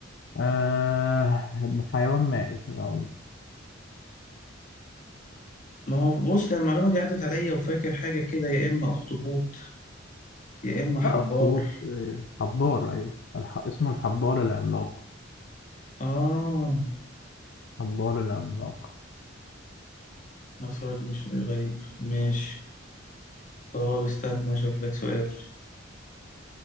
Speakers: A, on the left; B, on the left.
A: آه... حيوان مائي آه.
B: ما هو بص ده المعلومه دي عدت عليا وفاكر حاجه كده يا اما اخطبوط يا اما حبار
A: لا أخطبوط آه، حبار أيوه الح... اسمه الحبار العملاق
B: اه
A: حبار العملاق
B: ما سؤال مش غريب ماشي طب استنى اشوف لك سؤال